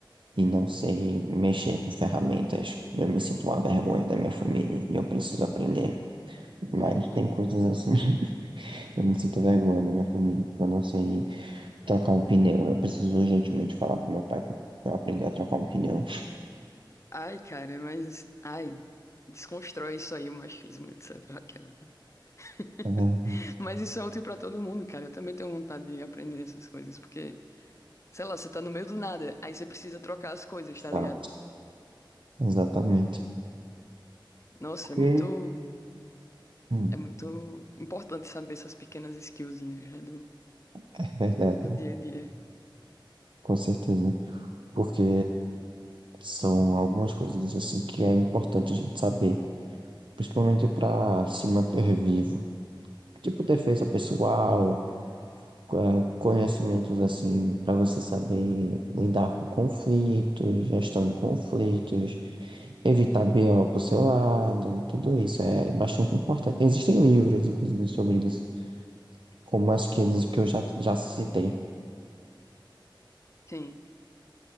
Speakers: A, on the right (about 70°); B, on the left (about 35°).
A: e não sei mexer com ferramentas. Eu me sinto uma vergonha da minha família e eu preciso aprender. Mas
B: <laughs>
A: tem coisas assim, <laughs> eu me sinto vergonha da minha família, porque eu não sei trocar um pneu. Eu preciso urgentemente falar com meu pai para aprender a trocar um pneu.
B: Ai, cara, mas... Ai, desconstrói isso aí, o machismo, etc. Aquela. <laughs>
A: É verdade.
B: Mas isso é útil pra todo mundo, cara. Eu também tenho vontade de aprender essas coisas, porque, sei lá, você tá no meio do nada, aí você precisa trocar as coisas,
A: Exato.
B: tá ligado?
A: Exatamente.
B: Nossa,
A: Porque,
B: é muito.
A: hum,
B: É muito importante saber essas pequenas skillzinhas, né, do,
A: é verdade,
B: do dia a dia.
A: com certeza. Porque são algumas coisas assim que é importante a gente saber, principalmente para se manter vivo. Tipo defesa pessoal, eh, conhecimentos assim para você saber lidar com conflitos, gestão de conflitos, evitar BO pro seu lado, tudo isso é bastante importante. Existem livros, inclusive, sobre isso, como as que que eu já, já citei.
B: Sim,